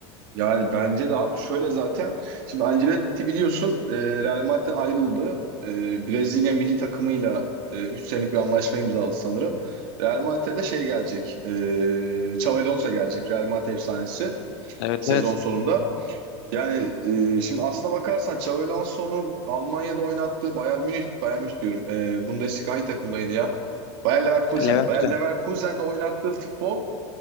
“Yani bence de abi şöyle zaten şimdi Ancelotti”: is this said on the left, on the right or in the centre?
Right